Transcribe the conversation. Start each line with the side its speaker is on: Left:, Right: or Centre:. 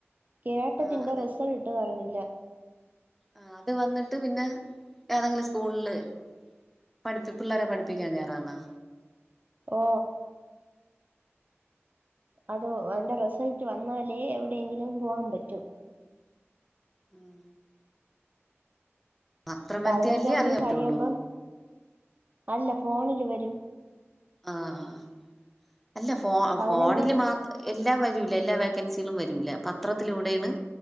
Right: കേട്ടട്ടിന്റെ
Centre: ആ അത്
Right: റിസൾട്ട് പറഞ്ഞില്ല
Centre: ആഹ് അത് വന്നിട്ട് പിന്നെ ഏതെങ്കിലും സ്കൂൾല് പഠിപ്പി പിള്ളേരെ പഠിപ്പിക്കാൻ കേറാന്നാ
Right: ഓ അതോ അയ്‌ന്റെ റിസൾട്ട് വന്നാലേ എവിടെയെങ്കിലും പോകാൻ പറ്റൂ
Centre: ഉം പത്രം
Right: പതിനഞ്ചാം
Centre: വരുത്തിയാലല്ലേ അറിയാൻ
Right: തീയതി കഴിയുമ്പം
Centre: പറ്റുള്ളൂ
Right: അല്ല ഫോണില് വരും
Centre: ആഹ് ആഹ് അല്ല ഫോ
Right: പതിനഞ്ചാം
Centre: ഫോണില് മാത്ര എല്ലാം വരില്ല എല്ലാ വോക്കൻസികളും വരിമല്ല പത്രത്തിലൂടൊണ്